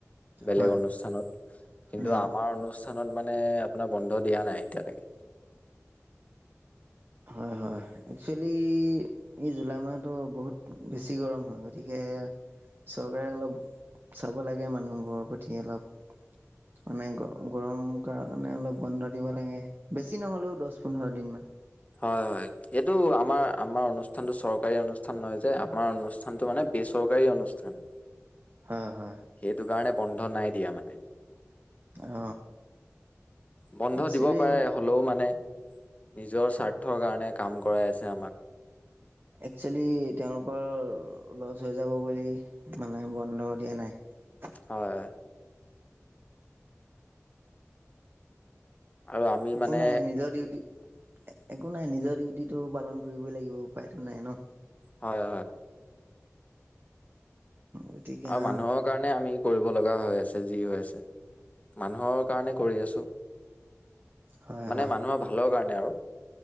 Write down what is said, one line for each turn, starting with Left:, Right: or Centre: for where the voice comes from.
Left: বেলেগ
Right: হয়
Left: অনুষ্ঠানত কিন্তু
Right: উম
Left: আমাৰ অনুষ্ঠান অনুষ্ঠানত মানে আপোনাৰ বন্ধ দিয়া নাই এতিয়ালৈকে।
Right: হয় হয় একচুৱেলি এই জুলাই মাহতো বহুত বেছি গৰম হয় গতিকে চৰকাৰে অলপ চাব লাগে মানুহবোৰৰ প্ৰতি অলপ। মানে গ গৰম কাৰণে অলপ বন্ধ দিব লাগে বেছি নহলেও দহ পোন্ধৰ দিন মান।
Left: হয় হয় এইটো আমাৰ আমাৰ অনুষ্ঠানতটো চৰকাৰী অনুষ্ঠান নহয় যে আমাৰ অনুষ্ঠানতটো মানে বেচ চৰকাৰী অনুষ্ঠান।
Right: হয় হয়।
Left: সেইটো কাৰণে বন্ধ নাই দিয়া মানে।
Right: অ
Left: বন্ধ
Right: একচুৱেলি
Left: দিব পাৰে হলেও মানে নিজৰ স্বাৰ্থৰ কাৰণে কাম কৰাই আছে আমাক।
Right: একচুৱেলি তেওঁলোকৰ ল'চ হৈ যাব বুলি মানে বন্ধ দিয়া নাই।
Left: হয়। আৰু আমি
Right: একো
Left: মানে
Right: নাই নিজৰ ডিউটি একো নাই নিজৰ ডিউটিটো পালন কৰিবই লাগিব উপায়তো নাই ন।
Left: হয়, হয়
Right: গতিকে হয়
Left: আৰু মানুহৰ কাৰণে আমি কৰিব লগা হৈ আছে, যি হৈ আছে, মানুহৰ কাৰণে কৰি আছো
Right: হয়
Left: মানে
Right: হয়
Left: মানুহৰ ভালৰ কাৰণে আৰু